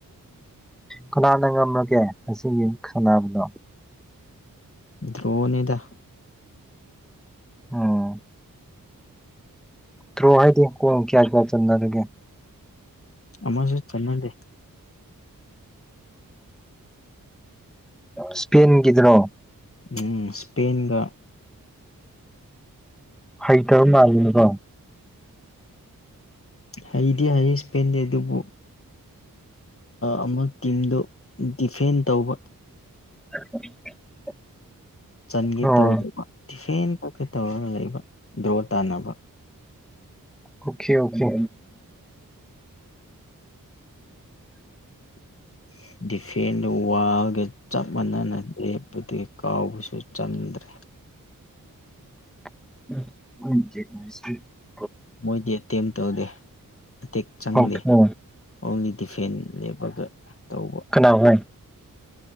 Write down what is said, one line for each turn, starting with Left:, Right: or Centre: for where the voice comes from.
Centre: ꯀꯅꯥꯅ ꯉꯝꯂꯒꯦ ꯑꯁꯤꯒꯤꯒꯤ ꯈꯪꯅꯕꯅꯣ
Left: ꯗ꯭ꯔꯣꯣꯟꯗ
Centre: ꯑꯣ ꯊ꯭ꯔꯣ ꯍꯥꯏꯗꯤ ꯀ ꯀꯌꯥꯔ ꯀꯌꯥ ꯆꯅꯒ
Left: ꯑꯃꯁꯨ ꯆꯅꯜ ꯂꯩꯦ
Centre: ꯏꯁꯄꯦꯟ ꯀꯗ꯭ꯔꯣ
Left: ꯎꯝ ꯁꯄꯦꯟꯒ
Centre: ꯍꯩꯇꯕ ꯃꯥꯜꯂꯤꯅꯤꯀꯣ ꯎꯝ
Left: ꯍꯩꯗꯤꯦ ꯍꯩꯌꯦꯁ ꯄꯦꯟꯗꯦ ꯑꯗꯨꯕꯨ ꯑꯃꯨꯛ ꯇꯤꯝꯗꯨ ꯗꯤꯐꯦꯟ ꯇꯧꯕ
Centre: <unintelligible>
Left: ꯁꯪꯒꯤ
Centre: ꯑꯣ
Left: ꯇꯧꯗ꯭ꯔꯦ ꯇꯐ ꯇ ꯇꯧꯔꯒ ꯂꯩꯕ ꯗ꯭ꯔꯣ ꯇꯥꯟꯅꯕ
Centre: ꯑꯣꯀꯦ ꯑꯣꯦ
Left: <unintelligible> ꯄꯦꯟꯅ ꯋꯥꯒ ꯆꯞ ꯃꯥꯟꯅꯅꯗ꯭ꯔꯦ ꯕꯗꯤ ꯀꯥꯎꯕꯁꯨ ꯆꯟꯗ꯭ꯔꯦ
Centre: ꯦꯁꯤ
Left: ꯃꯣꯏꯗꯤ ꯑꯦꯇꯦꯝ ꯇꯧꯗꯦ ꯃꯇꯦꯛ ꯆꯪꯗꯦ
Centre: ꯑꯣꯀꯦ
Left: ꯑꯣꯡꯂꯤ ꯗꯤꯐꯦꯟ ꯂꯦꯞꯄꯒ ꯇꯧꯕ
Centre: ꯀꯅꯥ ꯍꯥꯏ